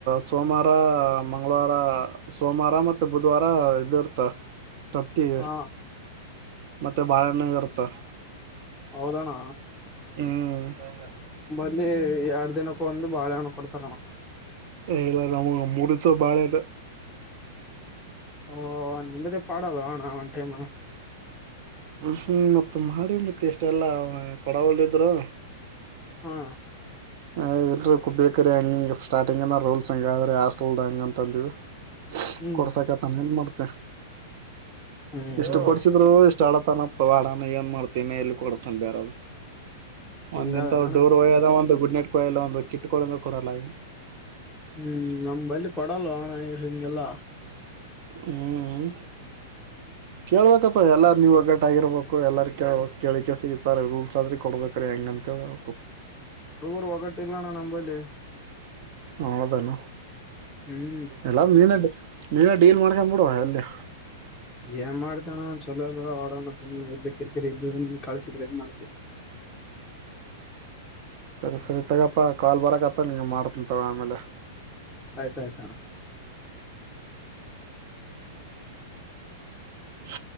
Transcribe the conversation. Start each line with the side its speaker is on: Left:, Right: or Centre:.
Right: ಸೋಮವಾರ ಮಂಳವಾರ ಸೋಮವಾರ ಮತ್ತುತ್ತೆ ಬುಧವಾರ ಇದ ಇರ್ತ. ತತ್ತಿ
Centre: ಹಾ
Right: ಮತ್ತೆ ಬಾಳೆಣ ಇರ್ತ.
Centre: ಹೌದಣ್ಣ.
Right: ಹ್ಮ್.
Centre: ಇಲ್ಲಿ ಎರಡ್ ದಿನಕ್ಕ ಒಂದು ಬಾಳೆ ಹಣ್ಣ ಕೊಡ್ತಾರ ನಣ.
Right: ಲ್ಲ ನ ಮೂರುಸ ಬಾಳೆರ.
Centre: ಓ ನಿಮ್ಮದೇ ಪಾಡಲ್ಲ ಹಣ ಒನ್ ಟೈಮ್ಣ.
Right: ಹ್ಮ್ ಮ ಮಾಡಿ ಮತ್ತೆ ಎಷ್ಟೆಲ್ಲ ಕೊಡವಲ್ಲಿದ್ರು.
Centre: ಹಾ
Right: ಅಲ ಎಲ್ರ ಬೇಕ್ರೀ ಹಂಗಿಂಗ ಸ್ಟಾರ್ಟಿಂಗ್ಏನ ರೂಲ್ಸ್ ಹಂಗ್ರೀ ಹಾಸ್ಟೆಲ್ದ ಹಂಗ ಅಂತ ಅಂದ್ವಿ
Centre: ಹ್ಮ್
Right: ಕೊಡ್ಸಾಕ ತಾನ ನ್ ಮಾಡ್ತೆೇ
Centre: ಹ್ಮ್
Right: ಎಷ್ಟು
Centre: ಹ್ಮ್
Right: ಕೊಡ್ಸಿದ್ರು ಇಷ್ಟು ಆಳತನಪ್ಪ ವಾಡಾನ ಏನ್ ಮಾಡ್ತನ ಎಲ್ಲಿ ಕೊಡಸ್ತಾನ ಬೇರೆದು
Centre: ಹಿಂಗದನಣ್ಣ
Right: ಒಂದ್ ನಿಂತವ ಡೂರ್ ಹೋಯದ ಒಂದು ಗ ಕಡ್ ಕಯ ಒಂದು ಕಿಟ್ಟಕೊಳ್ಳ ಕೊಡಲ್ಲ
Centre: ಹ್ಮ್ ನಮ್ ಬಲ್ಲಿಿ ಕೊಡಲ್ಲ ಹಣ ಹಿಗೆಲ್ಲ
Right: ಹ್ಮ್ ಕೇಳ್ಬೇಕಪ್ಪಾ ಎಲ್ಲಾರ ನೀವು ಒಗ್ಗಟ್ಟ ಆಗಿರ್ಬೇಕು ಎಲ್ಲಾರ ಕ ಕೇಳಿಕೆ ಸಿಗತಾರೆ ರೂಲ್ಸ್ ಆದ್ರೆ ಕೊಡ್ಬೇಕ್ರ ಹೆಂಗಂತ ಹ
Centre: ಹಡುೂರು ಒಗಟ್ಟ ಇಲ್ಲಾನ ನಂಬಲ್
Right: ಹೌದಾನ
Centre: ಹ್ಮ್
Right: ಎಲ್ಲಾ ಮನು ನೀನ ಡೀಲ್ ಮಾಡ್ಕೊಂಡ್ಬ ಬಿಡುವ ಅಲ್ಲಿ
Centre: ಏನ್ ಮಾಡತಣ ಚಲೋ ಎಲ್ಲ ಆಡೋಣ ಸಮಯ ಇರ್ಲಿಕ್ಕಿ ಸರಿ ಇದದು ಕಳಿಸಿದ್ರೆ ಏನ್ ಮಾಡ್ತ
Right: ಸರಿ ಸರಿ ತಗಪ್ಪಾ ಕಾಲ್ ಬರಕತ್ತ ನಿಂಗ ಮಾಡ್ತನ ತಗ ಆಮೇಲೆ
Centre: ಆಯ್ತ ಆಯ್ತ
Right: ಹ